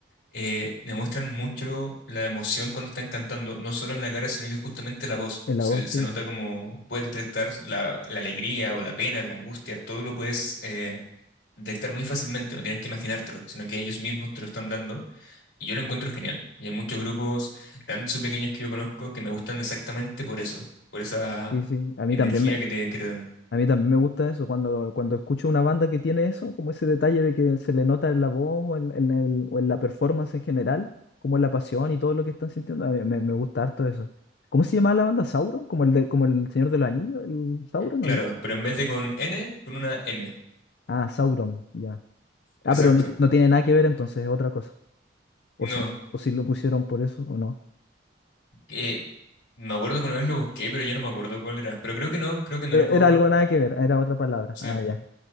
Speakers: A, on the left (about 75°); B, on the left (about 60°).
A: eh, demuestran mucho la emoción cuando están cantando, no solo en la cara, sino que justamente la voz.
B: En
A: Se,
B: la voz, sí,
A: se
B: bueno.
A: nota como puedes detectar la, la alegría o la pena, la angustia, todo lo puedes eh, detectar muy fácilmente, no tienes que imaginártelo, sino que ellos mismos te lo están dando. Y yo lo encuentro genial. Y hay muchos grupos, grandes o pequeños, que yo conozco que me gustan exactamente por eso, por esa
B: Sí, sí. A mí
A: energía
B: también
A: que te, que te dan.
B: A mí también me gusta eso, cuando, cuando escucho una banda que tiene eso, como ese detalle de que se le nota en la voz o en, en el- o en la performance en general, como en la pasión y todo lo que están sintiendo, a mí me, me gusta harto eso. ¿Cómo se llamaba la banda? ¿Sauron? ¿Como el, de- como el Señor de los Anillos? ¿El Sauron
A: Claro,
B: o no?
A: pero en vez de con N, con una M.
B: Ah, Sauron, ya.
A: Exacto.
B: Ah, pero no, ti- no tiene nada que ver entonces, es otra cosa. O
A: No,
B: si, o si lo pusieron por eso o no.
A: eh, me acuerdo que una vez lo busqué, pero ya no me acuerdo cuál era. Pero creo que no, creo que no era
B: E-
A: por...
B: Era algo nada que ver, era otra palabra.
A: Sí.
B: Ah, ya,